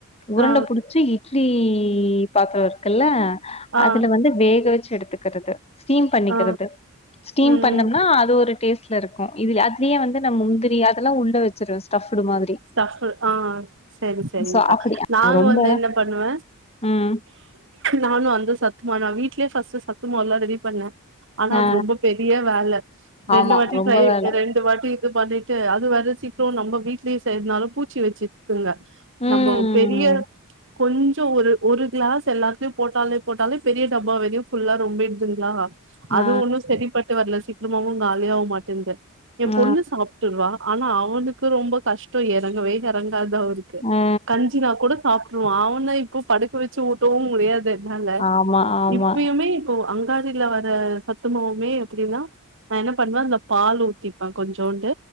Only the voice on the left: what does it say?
உருண்ட
புடிச்சி இட்லி பாத்தரோ இருக்குல்ல
அதுல வந்து வேக வச்சு எடுத்துக்குறது ஸ்டீம் பண்ணிக்கிறது
ஸ்டீம்
பண்ணம்னா அது ஒரு டேஸ்ட் இதுல இருக்கு இது அதுலயே வந்து நம் முந்திரி அதெல்லா உள்ள வச்சிருவ ஸ்டஃப்டு மாதிரி
சோ அப்படி
ரொம்ப
ம்
ஆ
ஆமா
ரொம்ப
வேல
ம்
ஆ
ஆ
ஆ
ஆமா ஆமா